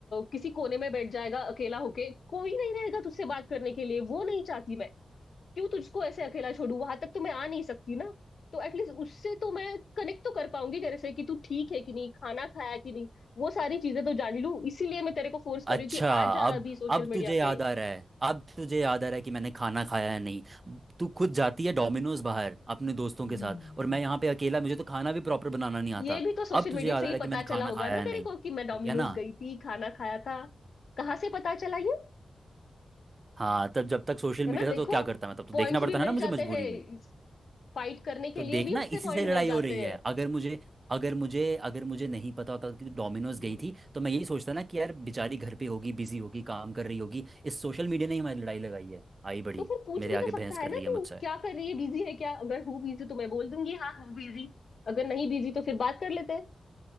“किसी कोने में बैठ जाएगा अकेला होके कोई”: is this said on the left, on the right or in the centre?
Left